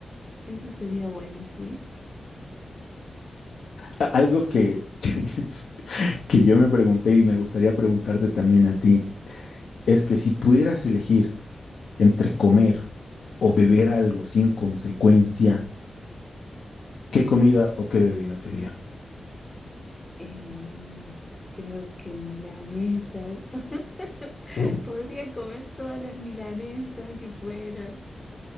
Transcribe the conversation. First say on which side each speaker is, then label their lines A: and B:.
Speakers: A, on the left; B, on the left.
A: eso sería bueno, ¿sí?
B: A- algo que, <laughs> que yo me pregunté y me gustaría preguntarte también a ti, es que si pudieras elegir entre comer o beber algo sin consecuencia, ¿qué comida o qué bebida sería?
A: Em, creo que milanesas. <laughs>
B: Uh.
A: Podría comer todas las milanesas que fueran.